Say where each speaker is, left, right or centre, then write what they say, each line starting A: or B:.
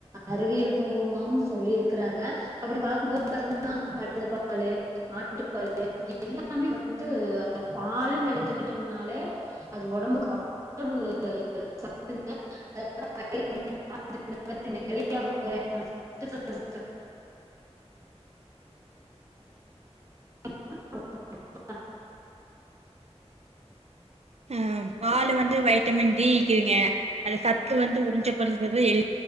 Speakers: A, on the right (about 25°); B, on the right (about 70°).
A: அறிவியல் பூர்வமாவும் சொல்லிருக்கறாங்க அப்டி பாக்குபோது பாத்திங்கனா <unintelligible> கழுதபாலு ஆட்டுப்பாலு எல்லாமே வந்து அந்த பாலுன் எடுத்துக்கிட்டம்னாலே அது ஒடம்புக்கு அவ் <unintelligible> <unintelligible> நறைய வகையான சத்துக்கள் <inaudible>
B: ஆ பாலு வந்து வைட்டமின் டி ஈக்குதுங்க அது சத்து வந்து உறிஞ்சபடுறது எல்